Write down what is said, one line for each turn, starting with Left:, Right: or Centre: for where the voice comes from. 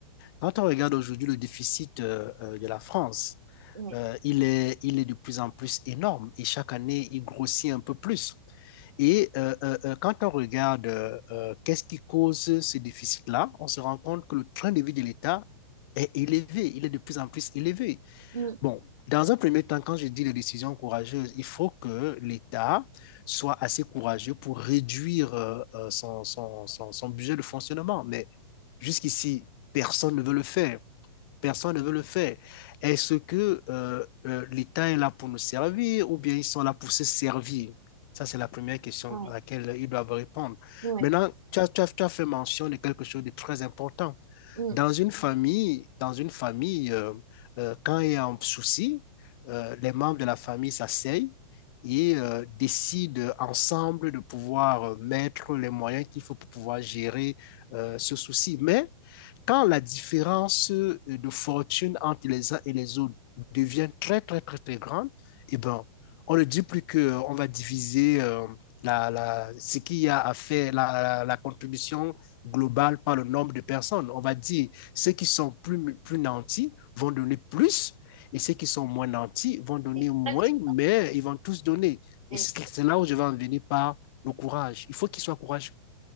Left: quand on regarde aujourd'hui le déficit euh, euh, de la France,
Right: ouais,
Left: euh, il est, il est de plus en plus énorme et chaque année, il grossit un peu plus. Et euh, euh, euh, quand on regarde euh, euh, qu'est-ce qui cause ce déficit-là, on se rend compte que le train de vie de l'État est élevé, il est de plus en plus élevé.
Right: mm,
Left: Bon, dans un premier temps, quand je dis les décisions courageuses, il faut que l'État soit assez courageux pour réduire euh, euh, son, son, son, son budget de fonctionnement. Mais jusqu'ici, personne ne veut le faire. Personne ne veut le faire. Est-ce que euh, euh, l'État est là pour nous servir ou bien ils sont là pour se servir? Ça, c'est la première question
Right: ouais,
Left: à laquelle ils doivent répondre.
Right: ouais,
Left: Maintenant, tu as, tu as- tu as fait mention de quelque chose de très important.
Right: mm.
Left: Dans une famille, dans une famille euh, euh, quand il y a un souci, euh, les membres de la famille s'asseyent et euh, décident ensemble de pouvoir euh, mettre les moyens qu'il faut pour pouvoir gérer euh, ce souci. Mais quand la différence euh, de fortune entre les uns et les autres devient très, très, très, très grande, eh ben, on ne dit plus qu'on va diviser euh, la, la, ce qu'il y a à faire, la, la, la contribution globale par le nombre de personnes. On va dire ceux qui sont plus, plus nantis vont donner plus et ceux qui sont moins nantis vont donner
Right: Exact.
Left: moins, mais ils vont tous donner.
Right: Et-
Left: Et c'est c'est là où je vais en venir par le courage. Il faut qu'il soit courage,